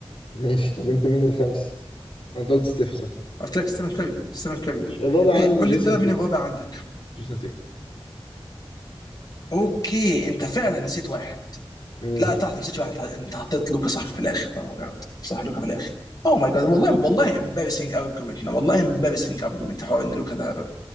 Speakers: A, on the left; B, on the left.
A: ماشي طب انت مين الخامس انا قلت ستيف صح
B: قلت
A: ماشي
B: لك ستيفن كاري ستيفن كاري
A: ماشي الرابع
B: اوكي
A: عندي
B: قول
A: جيسون
B: لي انت بقى مين
A: تيت
B: الرابع عندك
A: جيسون تيت
B: اوكي انت فعلا نسيت واحد
A: مين
B: لا تحت نسيت واحد انت حطيت لوكا صح في الاخر Oh my God. صح لوكا في الاخر اوه ماي جاد والله والله امبارسنج ارجيومنت والله امبارسنج ارجيومنت حوار ان لوكا ده